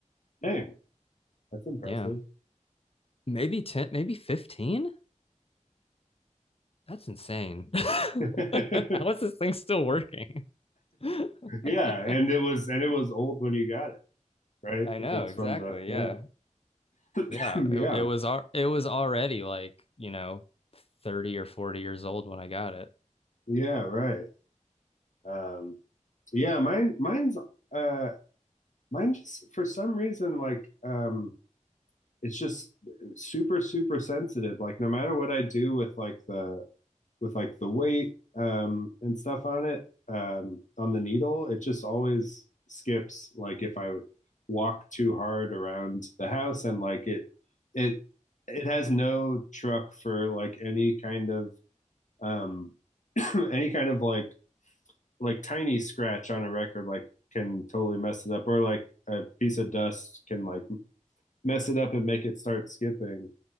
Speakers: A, on the left (about 70°); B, on the left (about 50°).
A: Dang, that's impressive.
B: Yeah. Maybe 10, maybe 15. That's insane. <laughs>
A: <laughs>
B: How is this thing still working? <laughs> I
A: Yeah, and it was and it was old when you got it, right?
B: know,
A: If it's
B: exactly.
A: from the yeah.
B: Yeah. Yeah.
A: <laughs> Yeah.
B: It, it was al- it was already like, you know, 30 or 40 years old when I got it.
A: Yeah, right. Um yeah, mine mine's uh Mine just, for some reason, like, um, it's just super, super sensitive. Like, no matter what I do with like the with like the weight, um, and stuff on it, um, on the needle, it just always skips. Like, if I walk too hard around the house, and like it, it, it has no truck for like any kind of um, <clears throat> any kind of like like tiny scratch on a record, like can totally mess it up, or like a piece of dust can like mess it up and make it start skipping.